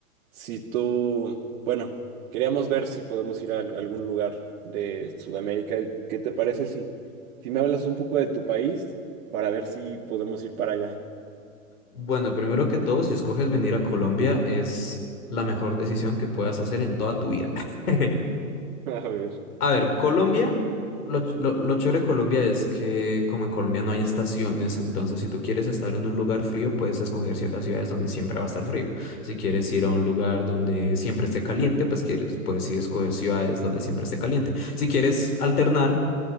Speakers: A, on the right (about 60°); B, on the left (about 80°).
A: si tú, bueno, queríamos ver si podemos ir a al- algún lugar de Sudamérica y qué te parece si, si me hablas un poco de tu país para ver si podemos ir para allá.
B: Bueno, primero que todo, si escoges venir a Colombia, es la mejor decisión que puedas hacer en toda tu vida. <laughs>
A: <laughs> A ver.
B: A ver, Colombia, lo, ch- lo, lo chévere de Colombia es que como en Colombia no hay estaciones, entonces si tú quieres estar en un lugar frío, puedes escoger ciertas ciudades donde siempre va a estar frío. Si quieres ir a un lugar donde siempre esté caliente, pues quieres, puedes ir a escoger ciudades donde siempre esté caliente. Si quieres alternar...